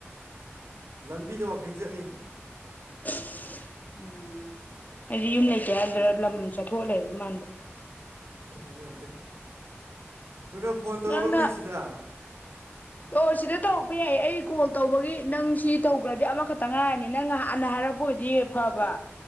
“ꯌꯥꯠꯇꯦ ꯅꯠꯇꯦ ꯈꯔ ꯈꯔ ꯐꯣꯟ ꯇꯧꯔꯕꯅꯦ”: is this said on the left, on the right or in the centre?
Right